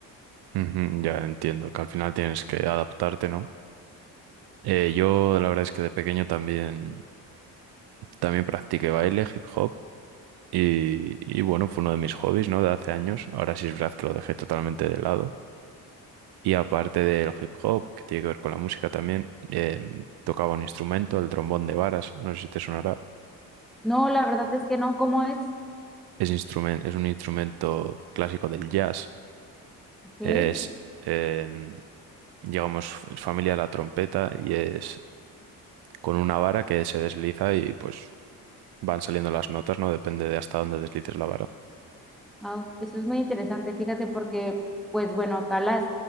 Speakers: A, on the right; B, in the centre.
A: Ujú, ya entiendo que al final tienes que adaptarte, ¿no? Eh, yo la verdad es que de pequeño también También practiqué baile, hip hop y, y bueno, fue uno de mis hobbies, ¿no? De hace años. Ahora sí es verdad que lo dejé totalmente de lado. Y aparte del hip hop, que tiene que ver con la música también, eh, tocaba un instrumento, el trombón de varas, no sé si te sonará.
B: No, la verdad es que no, ¿cómo es?
A: Es, instrumen- es un instrumento clásico del jazz.
B: Ok.
A: Es, eh, digamos, es familia de la trompeta y es con una vara que se desliza y pues van saliendo las notas, ¿no? Depende de hasta dónde deslices la vara.
B: Wow, eso es muy interesante, fíjate, porque, pues bueno, acá las,